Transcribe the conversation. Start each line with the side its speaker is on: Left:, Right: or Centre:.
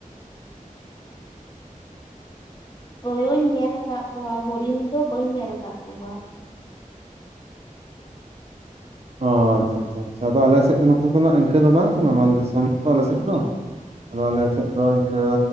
Left: ᱛᱳᱭᱳᱧ ᱧᱮᱞ ᱠᱟᱜ ᱠᱚᱣᱟ ᱦᱚᱨᱤᱱ ᱫᱚ ᱵᱟᱹᱧ ᱧᱮᱞ ᱠᱟᱜ ᱠᱚᱣᱟ᱾
Right: ᱚ ᱟᱪᱪᱷᱟ ᱟᱪᱪᱷᱟ ᱟᱪᱪᱷᱟ ᱟᱫᱚ ᱟᱞᱮ ᱥᱮᱫ ᱫᱚ ᱱᱚᱛᱮ ᱫᱚᱱᱟᱜ ᱤᱱᱠᱟᱹ ᱫᱚ ᱵᱟᱝ ᱠᱟᱱᱟ ᱱᱟᱢᱟᱞ ᱫᱤᱥᱚᱢ ᱛᱚ ᱟᱞᱮ ᱥᱮᱫ ᱫᱚ᱾ ᱟᱫᱚ ᱟᱞᱮ ᱥᱮᱫ ᱫᱚ ᱤᱱᱠᱟᱹ